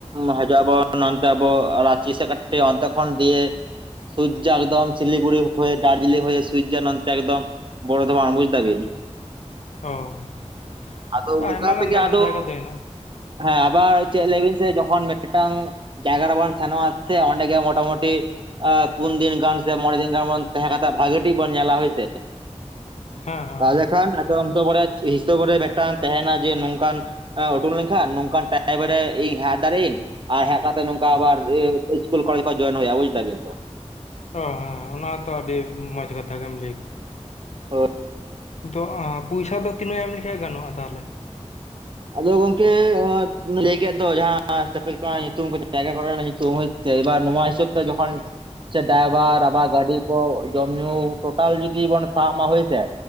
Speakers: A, on the right; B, on the left.
A: ᱢᱚᱦᱮᱡᱟᱵᱚᱱ ᱚᱱᱛᱮ ᱟᱵᱚ ᱨᱟᱸᱪᱤ ᱥᱮᱜ ᱠᱟᱹᱴᱤᱜ ᱚᱱᱛᱮ ᱠᱷᱚᱱ ᱫᱤᱭᱮ ᱥᱩᱨᱡᱚ ᱮᱠᱫᱚᱢ ᱥᱤᱞᱤᱜᱩᱲᱤ ᱦᱩᱭ ᱫᱟᱨᱡᱤᱞᱤᱝ ᱦᱩᱭ ᱥᱩᱨᱡᱚ ᱱᱚᱱᱛᱮ ᱮᱫᱚᱢ, ᱵᱚᱨᱰᱷᱚᱢᱚᱱ ᱵᱩᱡ ᱫᱟᱵᱤᱱ?
B: ᱦᱚ
A: ᱟᱫᱚ ᱚᱱᱠᱟ
B: ᱟᱭᱢᱟ ᱜᱟᱱ
A: ᱛᱮᱜᱮ
B: ᱫᱟᱬᱟᱱ
A: ᱟᱫᱚ
B: ᱡᱟᱭᱜᱟ ᱫᱚ ᱦᱤᱱᱟᱜᱼᱟ᱾
A: ᱦᱮᱸ ᱟᱵᱟᱨ ᱪᱮᱜ ᱞᱟᱹᱭ ᱵᱤᱱ ᱥᱮ ᱡᱚᱠᱷᱚᱱ ᱢᱤᱜᱴᱟᱝ ᱡᱟᱭᱜᱟ ᱨᱮᱵᱚᱱ ᱥᱮᱱᱚᱜ ᱟᱥᱮ ᱚᱸᱰᱮ ᱜᱮ ᱢᱚᱴᱟᱢᱩᱴᱤ ᱟᱸ ᱯᱩᱱ ᱫᱤᱱ ᱜᱟᱱ ᱥᱮ ᱢᱚᱬᱮ ᱫᱤᱱ ᱜᱟᱱ ᱵᱚᱱ ᱛᱟᱦᱮᱸ ᱠᱟᱛᱮᱜ ᱵᱷᱟᱜᱤ ᱴᱷᱤᱠ ᱵᱚᱱ ᱧᱮᱞᱟ ᱦᱟᱭᱥᱮ᱾
B: ᱦᱮᱸ ᱦᱮᱸ ᱦᱮᱸ᱾
A: ᱛᱟᱦᱮᱸᱠᱷᱟᱱ ᱟᱫᱚ <unintelligible> ᱵᱟᱨᱭᱟ ᱦᱤᱥᱟᱹᱵ ᱨᱮ ᱢᱤᱫᱴᱟᱝ ᱛᱟᱦᱮᱸᱱᱟ ᱡᱮ ᱱᱚᱝᱠᱟᱱ ᱟᱸ ᱩᱰᱩᱝ ᱞᱮᱱ ᱠᱷᱟᱱ ᱱᱚᱝᱠᱟᱱ ᱴᱟᱭᱤᱢ ᱨᱮ ᱤᱧ ᱦᱮᱡ ᱫᱟᱨᱮᱭ ᱟᱹᱧ ᱟᱨ ᱦᱮᱜ ᱠᱟᱛᱮᱜ ᱱᱚᱝᱠᱟ ᱟᱵᱟᱨ ᱤᱥᱠᱩᱞ ᱠᱚᱞᱮᱡᱽ ᱠᱷᱚᱭ ᱡᱚᱭᱮᱱ ᱦᱩᱭᱩᱜᱼᱟ᱾ᱵᱩᱡ ᱫᱟ ᱵᱤᱱ ᱛᱚ?
B: ᱚ ᱦᱮᱸ ᱚᱱᱟᱛᱚ ᱟᱹᱰᱤ ᱢᱚᱸᱡᱽ ᱠᱟᱛᱷᱟ ᱜᱮᱢ ᱞᱟᱹᱭ ᱠᱟᱜᱼᱟ᱾
A: ᱦᱚᱭ,
B: ᱫᱚ ᱟᱸ ᱯᱚᱭᱥᱟ ᱫᱚ ᱛᱤᱱᱟᱹᱜ ᱮᱢ ᱞᱮᱠᱷᱟᱭ ᱜᱟᱱᱚᱜᱼᱟ ᱛᱟᱦᱚᱞᱮ?
A: ᱟᱫᱚ ᱜᱚᱝᱠᱮ ᱚᱱᱮ ᱞᱟᱹᱭ ᱠᱮᱫ ᱫᱚ ᱡᱟᱦᱟᱸ ᱤᱥᱴᱟᱯᱮᱡ ᱠᱚᱨᱮᱱᱟ ᱧᱩᱛᱩᱢ ᱠᱚ ᱡᱟᱭᱜᱟ ᱠᱚᱨᱮᱱᱟᱜ ᱧᱩᱛᱩᱢ ᱥᱮ ᱮᱵᱟᱨ ᱱᱚᱣᱟ ᱦᱤᱥᱟᱹᱵ ᱛᱮ ᱡᱚᱠᱷᱚᱱ ᱥᱮ ᱰᱟᱭᱵᱷᱟᱨ ᱟᱵᱟᱨ ᱜᱟᱹᱰᱤ ᱠᱚ ᱡᱚᱢ ᱧᱩ ᱴᱳᱴᱟᱞ ᱡᱩᱫᱤ ᱵᱚᱱ ᱥᱟᱵ ᱢᱟ ᱦᱳᱭᱥᱮ